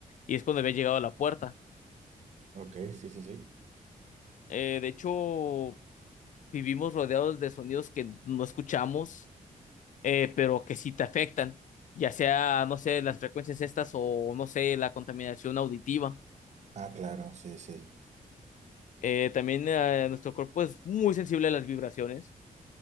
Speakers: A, on the left; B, on the right.
A: Y es cuando había llegado a la puerta.
B: Ok, sí, sí, sí.
A: Eh, de hecho, vivimos rodeados de sonidos que no escuchamos, eh, pero que sí te afectan. Ya sea, no sé, las frecuencias estas o, no sé, la contaminación auditiva.
B: Ah, claro, sí, sí.
A: Eh, también eh, nuestro cuerpo es muy sensible a las vibraciones,